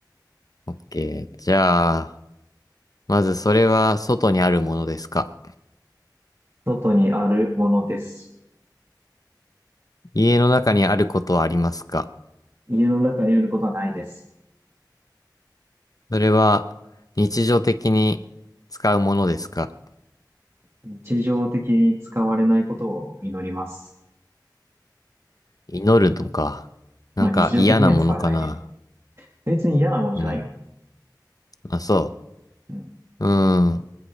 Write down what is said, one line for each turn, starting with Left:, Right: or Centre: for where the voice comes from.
Left: オッケー。じゃあ、まずそれは外にあるものですか
Right: 外にあるものです。
Left: 家の中にあることはありますか
Right: 家の中にあることはないです。
Left: それは日常的に使うものですか
Right: 日常的に使われないことを祈ります。
Left: 祈るのかなんか嫌なものかな
Right: まあ日常的には使われないね。別に嫌なものじゃないよ。
Left: うん。あ、そ
Right: うん
Left: う。うーん。